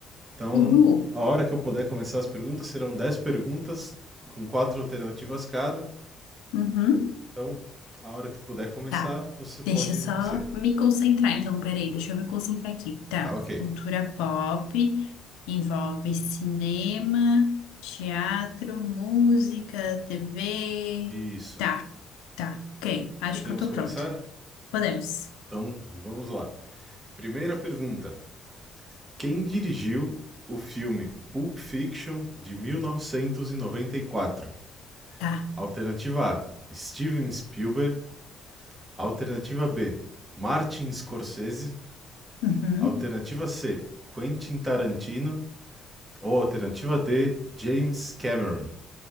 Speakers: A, on the right; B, on the left.
A: Então,
B: Uhul.
A: a hora que eu puder começar as perguntas, serão 10 perguntas com quatro alternativas cada.
B: Uhum.
A: Então, a hora que puder começar,
B: Tá.
A: você pode
B: Deixa eu só
A: dizer.
B: me concentrar, então. Peraí, deixa eu me concentrar aqui. Tá.
A: Tá ok.
B: Cultura pop envolve cinema, teatro, música, TV.
A: Isso.
B: Tá, tá. Ok. Acho
A: Podemos
B: que eu tô
A: começar?
B: pronta. Podemos.
A: Então, vamos lá. Primeira pergunta. Quem dirigiu o filme Pulp Fiction de 1994?
B: Tá.
A: Alternativa A: Steven Spielberg. Alternativa B: Martin Scorsese.
B: Uhum.
A: Alternativa C: Quentin Tarantino. Ou alternativa D: James Cameron.